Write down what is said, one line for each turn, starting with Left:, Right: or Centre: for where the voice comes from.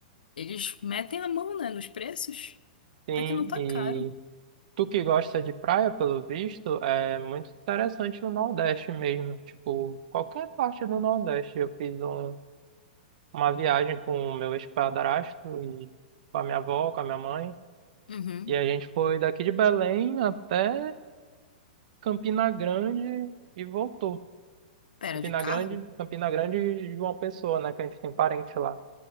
Left: eles metem a mão, né, nos preços.
Right: Sim,
Left: Até que não tá
Right: e
Left: caro.
Right: tu que gosta de praia, pelo visto, é muito interessante o Nordeste mesmo. Tipo, qualquer parte do Nordeste. Eu fiz um- uma viagem com o meu ex-padrasto e com a minha avó, com a minha mãe.
Left: Uhum.
Right: E a gente foi daqui de Belém até Campina Grande e voltou.
Left: Pera,
Right: Campina
Left: de carro?
Right: Grande, Campina Grande e João Pessoa, né? Que a gente tem parente lá.